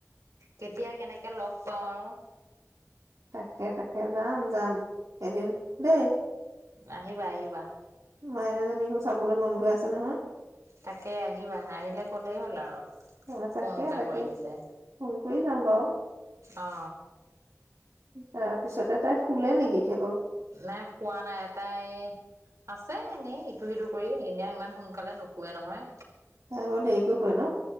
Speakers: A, on the right (about 65°); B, on the right (about 80°).
A: কেতিয়া কেনেকে লগ পাওঁ আৰু।
B: তাকে, তাকে যাম, যাম এদিন দেই।
A: আহিবা আহিবা।
B: মাইনাজনীকো চাবলৈ মন গৈ আছে নহয়।
A: তাকে আহিবা আহিলে কলেই হ'ল আৰু।
B: অ', তাকে
A: ফোন এটা
B: তাকে
A: কৰি দিলে
B: ফোন কৰি যাম বাৰু।
A: অ'।
B: তাৰ পিছতে তাই শুলে নেকি এতিয়া বাৰু?
A: নাই খোৱা নাই এটাই এই আছে এনেই ইটো সিটো কৰি এনেই ইমান সোনকালে নুশুৱে নহয়।
B: তাৰ বৰ দেৰিলৈ শুৱে ন'?